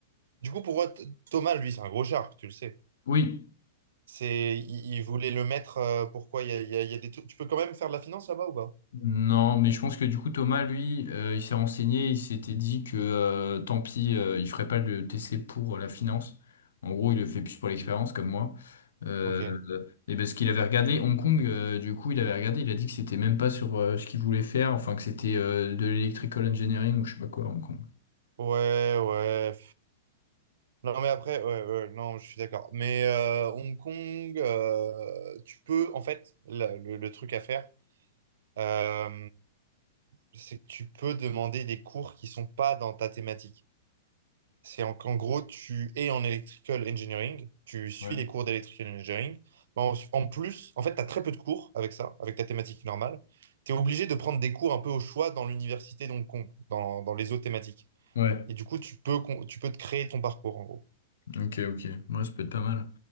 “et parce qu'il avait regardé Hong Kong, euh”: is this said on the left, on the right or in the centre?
Left